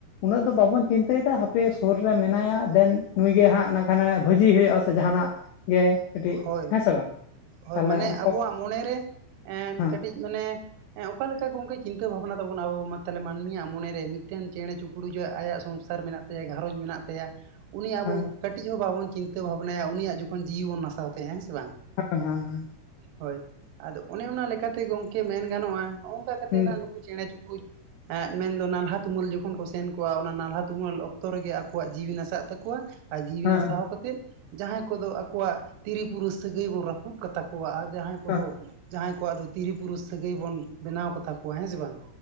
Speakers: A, on the left; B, on the right.
A: ᱩᱱᱟᱹᱜ ᱫᱚ ᱵᱟᱵᱚᱱ ᱪᱤᱱᱛᱟᱹᱭ ᱫᱟ ᱦᱟᱯᱮ ᱥᱩᱨ ᱨᱮ ᱢᱮᱱᱟᱭᱟ ᱫᱮᱱ ᱱᱩᱭ ᱜᱮ ᱦᱟᱸᱜ ᱠᱷᱟᱱᱮ ᱵᱷᱟᱹᱡᱤᱭ ᱦᱩᱭᱩᱜᱼᱟ ᱥᱮ ᱡᱟᱦᱟᱱᱟᱜ ᱜᱮ ᱠᱟᱹᱴᱤᱡ
B: ᱦᱳᱭ
A: ᱦᱮᱸ ᱥᱮ ᱵᱟᱝ
B: ᱦᱳᱭ
A: ᱛᱟᱦᱚᱞᱮ
B: ᱢᱟᱱᱮ
A: ᱩᱱᱠᱩ
B: ᱟᱵᱚᱣᱟᱜ ᱢᱚᱱᱮ ᱨᱮ ᱮᱸ
A: ᱦᱮᱸ
B: ᱠᱟᱹᱴᱤᱡ ᱢᱟᱱᱮ ᱚᱠᱟ ᱞᱮᱠᱟ ᱜᱚᱝᱠᱮ ᱪᱤᱱ ᱪᱤᱱᱛᱟᱹ ᱵᱷᱟᱵᱱᱟ ᱛᱟᱵᱚᱱᱟ ᱟᱵᱩ ᱛᱟᱞᱮ ᱢᱟᱹᱱᱢᱤᱭ ᱢᱚᱱᱮ ᱨᱮ ᱢᱤᱫᱴᱟᱝ ᱪᱮᱬᱮ ᱪᱩᱯᱨᱩ ᱡᱮ ᱟᱭᱟᱜ ᱥᱚᱝᱥᱟᱨ ᱢᱮᱱᱟᱜ ᱛᱟᱭᱟ ᱛᱟᱭᱟ ᱜᱷᱟᱨᱚᱸᱡᱽ ᱢᱮᱱᱟᱜ ᱛᱟᱭᱟ ᱩᱱᱤ ᱟᱵᱚ
A: ᱦᱮᱸ
B: ᱠᱟᱹᱴᱤᱡ ᱦᱚᱸ ᱵᱟᱵᱚᱱ ᱪᱤᱱᱛᱟᱹ ᱵᱷᱟᱵᱽᱱᱟᱭᱟ ᱩᱱᱤᱭᱟᱜ ᱡᱚᱠᱦᱚᱱ ᱡᱤᱣᱤ ᱵᱩᱱ ᱱᱟᱥᱟᱣ ᱛᱟᱭᱟ ᱦᱮᱸ ᱥᱮ ᱵᱟᱝ
A: ᱦᱮᱸ ᱦᱮᱸ
B: ᱦᱳᱭ ᱟᱫᱚ ᱚᱱᱮ ᱚᱱᱟ ᱞᱮᱠᱟᱛᱮ ᱜᱚᱝᱠᱮ ᱢᱮᱱ ᱜᱟᱱᱚᱜᱼᱟ ᱱᱚᱝᱠᱟ ᱠᱟᱛᱮ
A: ᱦᱮᱸ
B: ᱦᱟᱸ ᱠᱩ ᱪᱮᱬᱮ ᱪᱤᱯᱩᱲᱳᱡ ᱮᱸ ᱢᱮᱱᱫᱚ ᱱᱟᱞᱦᱟ ᱛᱩᱢᱞ ᱡᱚᱠᱷᱚᱱ ᱠᱚ ᱥᱮᱱ ᱠᱚᱣᱟ ᱚᱱᱟ ᱱᱟᱞᱦᱟ ᱛᱩᱢᱟᱹᱞ ᱚᱠ ᱚᱠᱛᱚ ᱨᱮᱜᱮ ᱟᱠᱚᱣᱟᱜ ᱡᱤᱣᱤ ᱱᱟᱥᱟᱣᱟᱜ ᱛᱟᱠᱚᱣᱟ ᱟᱨ ᱡᱤᱣᱤ
A: ᱦᱮᱸ
B: ᱱᱟᱥᱟᱣ ᱠᱟᱛᱮᱫ ᱡᱟᱦᱟᱸᱭ ᱠᱚᱫᱚ ᱟᱠᱚᱣᱟᱜ ᱛᱤᱨᱤ ᱯᱩᱨᱟᱹ ᱥᱟᱹᱜᱟᱹᱭ ᱵᱩ ᱨᱟᱹᱯᱩᱫ ᱠᱟᱛᱟ ᱠᱚᱣᱟ ᱟᱨ ᱡᱟᱦᱟᱸᱭ ᱠᱚᱫᱚ
A: ᱦᱮᱸ
B: ᱡᱟᱦᱟᱸᱭ ᱠᱚᱣᱟᱜ ᱫᱚ ᱛᱤᱨᱤ ᱯᱩᱨᱩᱥ ᱥᱟᱹᱜᱟᱹᱭ ᱵᱚᱱ ᱵᱮᱱᱟᱣ ᱠᱟᱛᱟ ᱠᱚᱣᱟ ᱦᱮᱸ ᱥᱮ ᱵᱟᱝ?